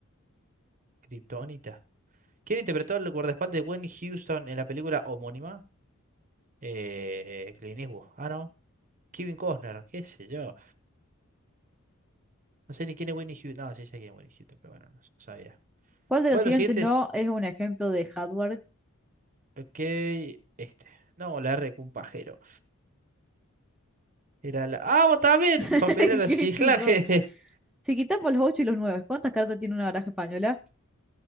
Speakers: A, on the right; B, in the centre.
A: Kryptonita. ¿Quién interpretó el guardaespaldas de Whitney Houston en la película homónima? Eh, Clint Eastwood. Ah, no. Kevin Costner, qué sé yo. No sé ni quién es Whitney Houston. No, sí sé quién es Whitney Houston, pero bueno, no s- sabía.
B: ¿Cuál de
A: ¿Cuál
B: los
A: de
B: siguientes
A: los siguientes?
B: no es un ejemplo de hardware?
A: Ok, este. No, la R con un pajero. Era la. ¡Ah, vos también!
B: <laughs>
A: Papelera de reciclaje.
B: ¿Qué sé yo?
A: <laughs>
B: Si quitamos los 8 y los 9, ¿cuántas cartas tiene una baraja española?